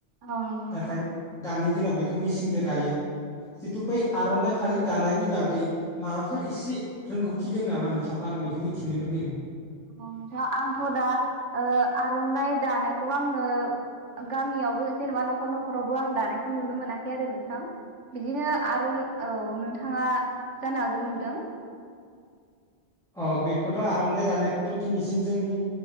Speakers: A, on the right; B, in the centre.
A: औ नंगौ
B: नाथाय
A: नोंथां
B: दानि दिनाव बेखौ मिसिंदो दायो। जिथु बै आर'नाय फालि दानायनि बागै माबाफोर एसे रोंगौथि दों नामा नोंथां आं बेखौ मिथिनो लुबैदों?
A: अ नोंथां आंथ' दा ओ आर'नाइ दानायखौबो आङो गामियावबो जेनेबा न'खर न'खरावबो आं दानायखौ नुनो मोनाखै आरो नोंथां। बिदिनो आर' औ नोंथाङा जानो हागौ नुदों?
B: अ बेखौथ' आर'नाइ दानायखौथ' दिनैसिम जोंनि